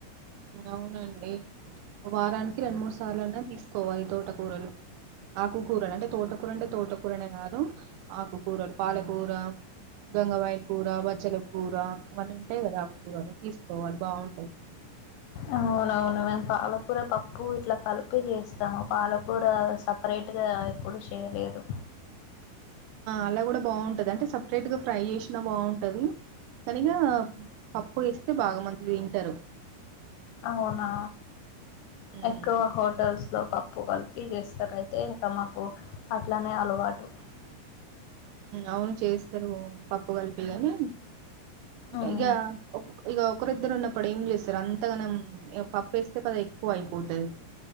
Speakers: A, on the right (about 85°); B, on the left (about 80°).
A: అవునండి వారానికి రెండు మూడు సార్లు అన్నా తీసుకోవాలి తోటకూరలు ఆకుకూరలు అంటే తోటకూర అంటే తోటకూరనే కాదు ఆకుకూరలు పాలకూర గంగవాయి కూర బచ్చల కూర ఇవన్నీ ఉంటాయి కదా ఆకుకూరలు తీసుకోవాలి బాగుంటది
B: అవునవును మేము పాలకూర పప్పు ఇట్లా కలిపి చేస్తాము పాలకూర సపరేట్గా ఎప్పుడు చేయలేదు
A: అలా కూడా బాగుంటుంది అంటే సపరేట్గా ఫ్రై చేసినా బాగుంటుంది కానీగా పప్పు చేస్తే బాగా మంది తింటారు
B: అవునా
A: ఉమ్
B: ఎక్కువ హోటల్స్ లో పప్పు కలిపి చేస్తారయితే ఇంకా మాకు అట్లనే అలవాటు
A: అవును చేస్తారు పప్పు కలిపిగాని
B: మ్మ్
A: ఇక ఇక ఒకరిద్దరు ఉన్నప్పుడు ఏం చేస్తారు అంతగానం పప్పుస్తే కదా ఎక్కువ అయిపోతుది